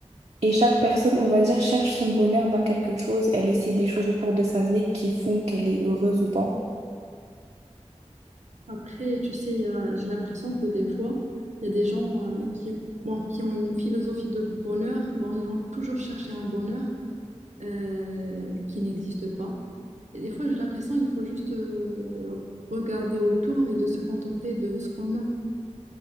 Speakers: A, on the right; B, on the right.
A: Et chaque personne, on va dire, cherche son bonheur dans quelque chose. Elle essaie des choses au cours de sa vie qui font qu'elle est heureuse ou pas.
B: Après, tu sais, euh, j'ai l'impression que des fois, il y a des gens euh, qui, bon, qui ont une philosophie de bonheur. Bon, ils vont toujours chercher un bonheur euh, qui n'existe pas. Et des fois, j'ai l'impression qu'il faut juste euh, regarder autour et de se contenter de ce qu'on a.